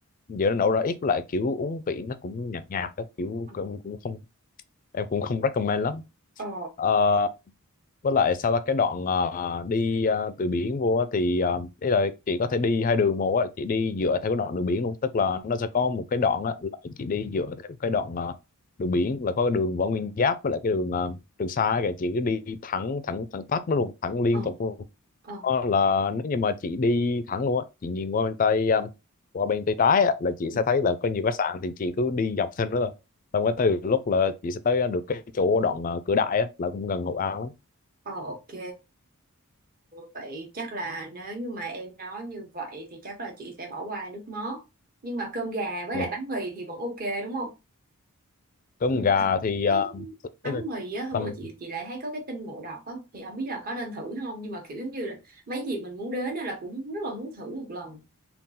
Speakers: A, on the left; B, on the right.
A: giờ nó nổi ra ít lại kiểu uống vị nó cũng nhạt nhạt á, kiểu
B: ờ
A: cũng, cũng không em cũng không recommend lắm
B: ờ
A: Ờ, với lại sau đó cái đoạn ờ, đi ờ, từ biển vô á thì uh, ý là chị có thể đi hai đường một á chị đi dựa theo cái đoạn đường biển luôn tức là nó sẽ có một cái đoạn á là chị đi dựa theo cái đoạn ờ, đường biển là có cái đường Võ Nguyên Giáp với lại cái đường ờ, Trường Sa kìa chị cứ đi thẳng thẳng thẳng tắp nó luôn thẳng liên
B: ờ
A: tục luôn
B: ờ
A: đó là nếu như mà chị đi thẳng luôn á chị nhìn qua bên tay ờ, qua bên tay trái á là chị
B: ừ.
A: sẽ thấy là có nhiều khách sạn thì chị cứ đi dọc theo đó thôi xong cái từ lúc là chị sẽ tới được cái chỗ đoạn ờ, cửa đại á là cũng gần Hội An lắm
B: Ờ, ok Vậy chắc là nếu như mà em nói như vậy thì chắc là chị sẽ bỏ qua nước mót. Nhưng mà cơm gà với
A: Ừ.
B: lại bánh mì thì vẫn ok đúng không?
A: cơm
B: Nhưng
A: gà
B: mà <laughs>
A: thì ờ,
B: cái bánh
A: ý là
B: mì á, hôm
A: tầm
B: bữa chị chị lại thấy có cái tin ngộ độc á thì không biết là có nên thử không nhưng mà kiểu giống như là mấy dịp mình muốn đến á là cũng rất là muốn thử một lần.